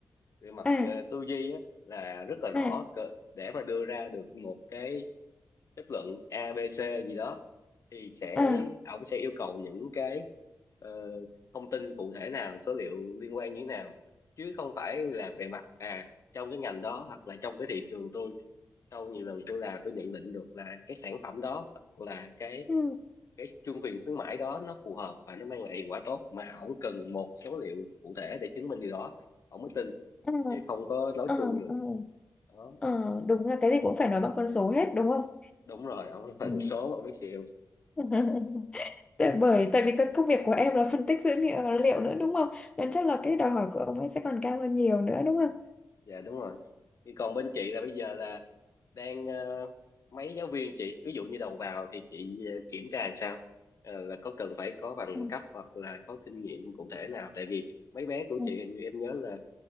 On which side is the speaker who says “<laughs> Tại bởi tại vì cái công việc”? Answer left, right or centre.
Left